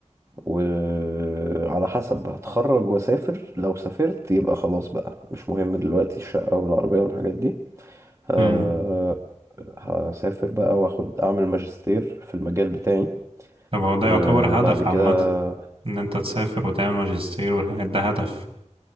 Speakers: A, on the right; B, on the right.
A: وعلى حسب هتخرج وأسافر لو سافرت يبقى خلاص بقى مش مهم دلوقتي الشقة والعربية والحاجات دي آه،
B: مم.
A: هسافر بقى واخد اعمل ماجستير في المجال بتاعي
B: طب هو ده
A: وبعد
B: يعتبر هدف
A: كده
B: عامة إن أنت تسافر وتعمل ماجستير والحاجات ده هدف